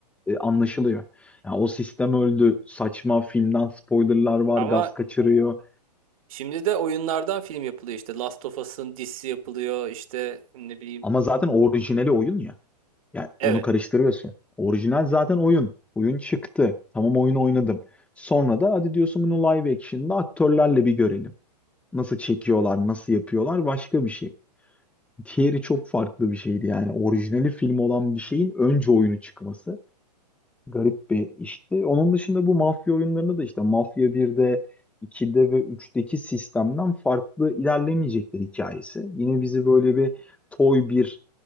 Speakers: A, in the centre; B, on the right.
A: e, anlaşılıyor. Yani o sistem öldü. Saçma filmden spoilerlar var,
B: ama
A: gaz kaçırıyor.
B: şimdi de oyunlardan film yapılıyor. işte. Last of Us'ın dizisi yapılıyor. İşte ne bileyim.
A: Ama zaten orijinali oyun ya. Ya
B: Evet.
A: onu karıştırıyorsun. Orijinal zaten oyun. Oyun çıktı. Tamam oyunu oynadım. Sonra da hadi diyorsun bunu live action'da aktörlerle bir görelim. Nasıl çekiyorlar, nasıl yapıyorlar başka bir şey. Diğeri çok farklı bir şeydi yani. Orijinali film olan bir şeyin önce oyunu çıkması. Garip bir işti. Onun dışında bu mafya oyunlarında da işte Mafya 1'de, 2'de ve üçteki sistemden farklı ilerlemeyecekler hikayesi. Yine bizi böyle bir toy bir